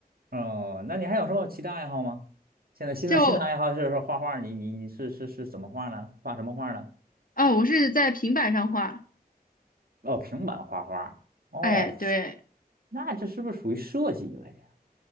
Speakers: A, on the right; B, on the left.
A: 哦，那你还有什么其他爱好吗？现在新的新的爱好是是画画，
B: 就
A: 你你你是是是怎么画呢？画什么画呢？
B: 啊，我是在平板上画，
A: 哦，平板画画。哦，
B: 哎，对，
A: 那这是不是属于设计一类呀？